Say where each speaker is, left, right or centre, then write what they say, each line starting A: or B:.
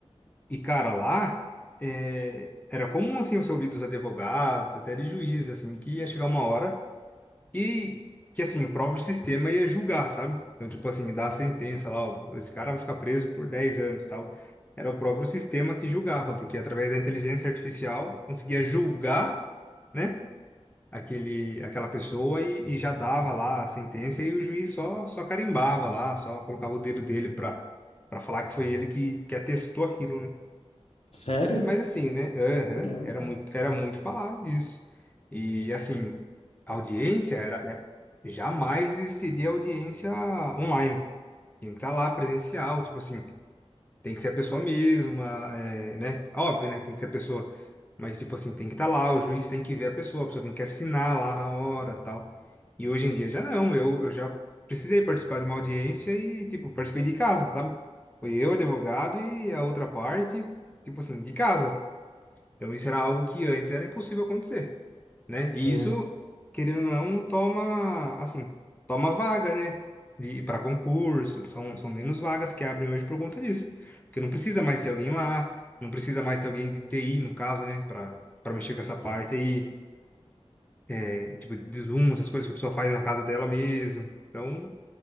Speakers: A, on the left; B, on the left.
A: E, cara, lá é, era comum, assim, você ouvir dos advogados, até de juízes, assim, que ia chegar uma hora e que, assim, o próprio sistema ia julgar, sabe? Então, tipo assim, dar a sentença lá, ó, esse cara vai ficar preso por 10 anos, tal. Era o próprio sistema que julgava, porque através da inteligência artificial conseguia julgar, né? aquele, aquela pessoa e, e já dava lá a sentença e o juiz só, só carimbava lá, só colocava o dedo dele para para falar que foi ele que, que atestou aquilo, né?
B: Sério?
A: Mas assim, né? aham,
B: Caramba.
A: era muito, era muito falado disso. E assim, a audiência era, era- jamais existiria audiência online. Tinha que estar lá presencial, tipo assim. Tem que ser a pessoa mesma, é, né? Óbvio, né? que Tem que ser a pessoa. Mas, tipo assim, tem que estar lá, o juiz tem que ver a pessoa, a pessoa tem que assinar lá na hora tal. E hoje em dia já não, eu, eu já precisei participar de uma audiência e, tipo, participei de casa, sabe? Foi eu, advogado e a outra parte, tipo assim, de casa. Então isso era algo que antes era impossível acontecer né?
B: Sim.
A: E isso, querendo ou não, é um toma, assim, toma vaga, né? De para concurso, são, são menos vagas que abrem hoje por conta disso. Porque não precisa mais ter alguém lá, não precisa mais ter alguém de TI, no caso, né? Para para mexer com essa parte aí, é, tipo, de Zoom, essas coisas que a pessoa faz na casa dela mesmo. Então,